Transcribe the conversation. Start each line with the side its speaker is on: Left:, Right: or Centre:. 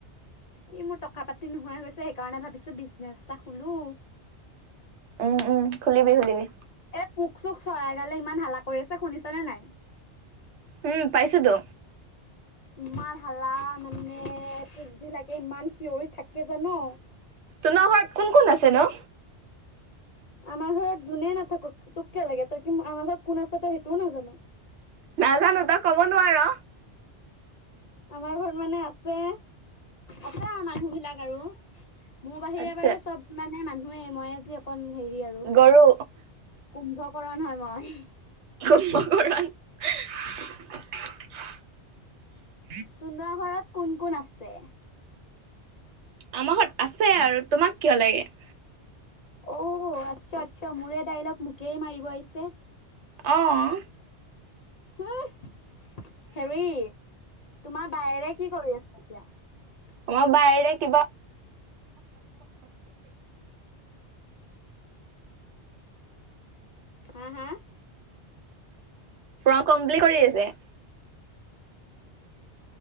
Left: ই, মোৰ টকা-পাতি নোহাই হৈছে। সেইকাৰণে ভাবিছো বিজনেচ এটা খুলু।
Right: উম উম, খুলিবি-খুলিবি।
Left: এ, পোক-চোক, চৰাই গালে ইমান হালা কৰি আছে। শুনিছনে নাই?
Right: উম, পাইছুতু।
Left: ইমান হালা মানে, পুকবিলাকে ইমান চিঞৰি থাকে জানো?
Right: তুনধৰ ঘৰত কোন-কোন আছেনু?
Left: আমাৰ ঘৰত যোনে নাথাকক তোক কিয় লাগে? তই কি আমাৰ ঘৰত কোন আছ তই সেইটোও নাজানো?
Right: নাজানো তই ক'ব নোৱাৰ?
Left: আমাৰ ঘৰত মানে আছে, আছে মানুহ বিলাক আৰু। মোৰ বাহিৰে
Right: আচ্ছা
Left: বাৰু চব মানে মানুহে, মই আজি অকন হেৰি আৰু
Right: গৰু।
Left: কুম্ভ কৰা নহয় মই।
Right: <unintelligible>
Left: তোন্তৰ ঘৰত কোন কোন আছে?
Right: আমাৰ ঘৰত আছে আৰু তোমাক কিয় লাগে?
Left: অ' আচ্ছা আচ্ছা মোৰে দাইলগ মোকেই মাৰিব আহিছে।
Right: আহ।
Left: হুহ হেৰি তোমাৰ বাইৰে কি কৰি আছে? <unintelligible>
Right: তোমাৰ বাইৰে কিবা
Left: হা, হা
Right: ফৰ্ম কমপ্লিট কৰি আছে।